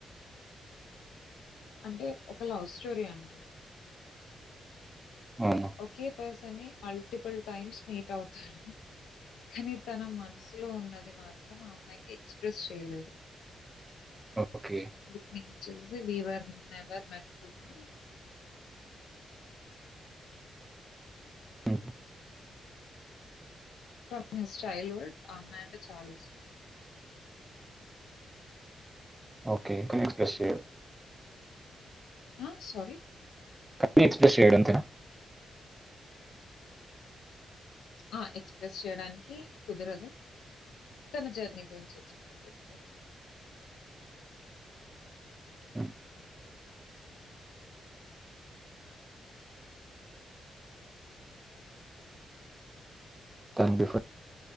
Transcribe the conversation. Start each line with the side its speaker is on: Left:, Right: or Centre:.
Left: అంటే ఒక లవ్ స్టోరీ అండి
Right: అవునా
Left: ఓకే పర్స్ ని మల్టిపుల్ టైమ్స్ మీట్ అవుతాడు కానీ తన మనసులో ఉన్నది మాత్రం ఆ అమ్మాయికి ఎక్స్ప్రెస్ చేయలేడు
Right: ఓకే
Left: బుక్ నమ్రత వచ్చేసేసి we were never met to be
Right: హ
Left: ఫ్రమ్ మిస్ చైల్డ్హుడ్ ఆ అమ్మాయి అంటే చాలా ఇష్టం
Right: ఓకే ఎక్కడ ఎక్స్పెస్ చేయడు
Left: ఆ సారీ
Right: క ఎక్స్ప్రెస్ చేయడ అంతెనా
Left: ఆ ఎక్స్ప్రెస్ చేయడానికి కుదరదు తన జర్నీ గురించి ఎక్స్ప్లెయిన్ చేస్తాడు
Right: ఆ దాని బిఫోర్